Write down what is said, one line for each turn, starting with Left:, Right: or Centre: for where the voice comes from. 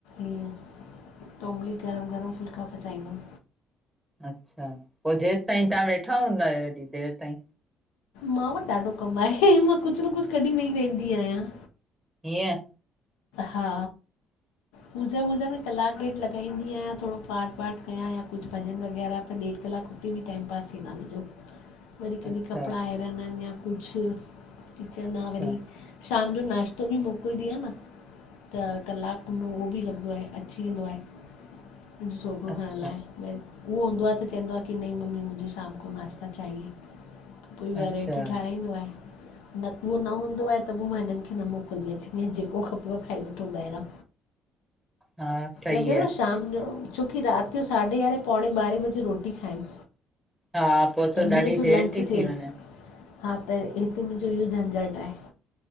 Left: ईअं <unintelligible> गरम गरम फुल्का पचआईंदमि।
Centre: अच्छा, पोइ जेस ताईं तव्हां वेठा हूंदा आयो हेॾी देर ताईं।
Left: मां वटि ॾाढो कमु आहे, मां कुझ न कुझ कॾि वेई रहदी आहियां।
Centre: हीअं।
Left: हा।
Centre: <inaudible>
Left: पूजा वूजा में कलाक ॾेढ लॻाईंदी आहियां थोरो पाट वाट कयां या कुझु भॼन वग़ैरह त ॾेढु कलाक हुते बी टाइम पास थीन्दो आ मुंहिंजो।
Centre: <inaudible>
Left: वरी कॾहिं
Centre: अच्छा
Left: कपिड़ा आइरन आहिनि या कुझु किचन
Centre: अच्छा
Left: आह वरी शाम जो नाश्तो बि मोकिलदी आह न। त कलाकु उहो बि लॻंदो आहे अची वेंदो आहे मुंहिंजो छोकिरो
Centre: अच्छा
Left: खणण लाइ। उहो हूंदो आह त चवंदो आहे की नही मम्मी मुझे शाम को नाश्ता चाहिए। कोई वैराइटी
Centre: अच्छा
Left: ठारहिरींदो आहे। न उहो न हूंदो आहे त पोइ मां हिननि खे न मोकिलंदी अचंदी आहियां जेको खपे उहो खाई वठो ॿाहिरां
Centre: हा सही
Left: लॻे
Centre: आहे।
Left: थो शाम जो छोकी राति जो साढे यारहें पौणे ॿारहें बजे रोटी खाइनि।
Centre: हा पोइ त
Left: ऐं ॾींहं
Centre: ॾाढी
Left: जो
Centre: देरि
Left: लंच
Centre: ती
Left: थियल
Centre: थी वञे।
Left: हा त हिते मुंहिंजो इ झंझट आहे।